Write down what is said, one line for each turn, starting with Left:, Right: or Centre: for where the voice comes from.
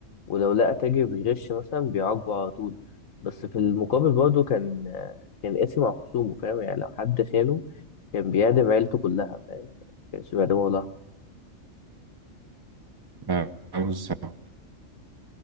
Left: ولو لقى تاجر بيغش مثلا بيعاقبه على طول بس في المقابل برضه كان كان قاسي مع خصومه فاهم يعني لو حد خانه كان بيعدم عيلته كلها فاهم ما كانش بيعدمه والله
Right: آه آه، بالظبط